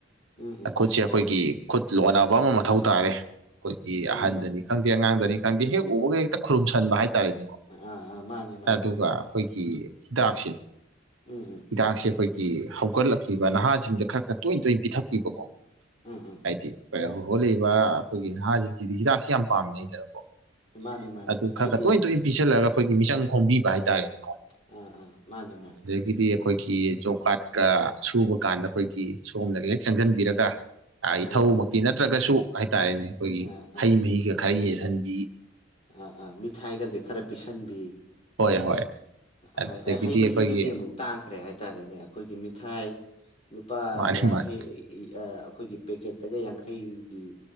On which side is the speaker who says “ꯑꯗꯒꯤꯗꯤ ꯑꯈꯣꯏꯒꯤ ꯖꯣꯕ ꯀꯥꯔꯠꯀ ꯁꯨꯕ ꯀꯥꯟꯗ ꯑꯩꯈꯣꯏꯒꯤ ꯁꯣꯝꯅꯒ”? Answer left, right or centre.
Right